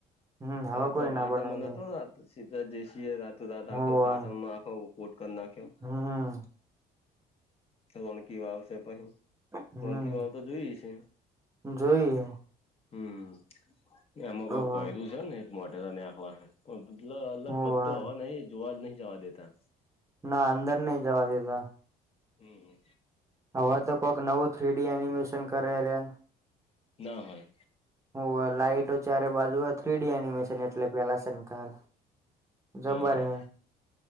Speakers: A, on the right; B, on the left.
A: હમ હવે
B: પણ
A: કોઈ ના
B: પાટણમાં
A: બનાવી દે
B: નતો સીધરા જસી રાત રાત આખો
A: હોવે
B: પાટણમાં આખો કોટક નાખ્યો
A: હમ
B: સણ ક વા આવ છે પહી
A: હમ
B: વાકી વાવ તો જોય છે
A: જોઈએ
B: હમ્મ એમાં
A: હોવે
B: કોઈ કહે દું છે ને એ મોટે ને આખલા પણ મતલ અલગ
A: હોવે
B: ભગતો હ ન જોવા જ નહી જવા દેતા
A: ના અંદર નહી જવા દીધા
B: હમ્મ હમ્મ
A: હવે તો કોઈક નવું થ્રી ડી એનિમેશન કરે રહે ને.
B: ના હોય
A: હ લાઈટો ચારે બાજુ હો થ્રીડી એનિમેશન એટલે પેલા શનકાર જબર
B: હા હા
A: હે